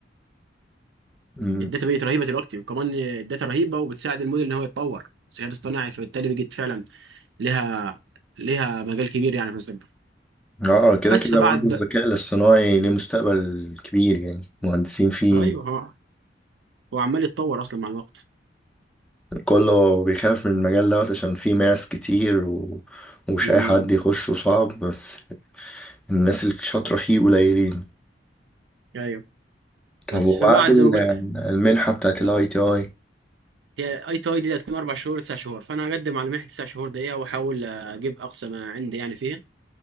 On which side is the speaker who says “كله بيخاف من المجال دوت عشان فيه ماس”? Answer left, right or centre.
Centre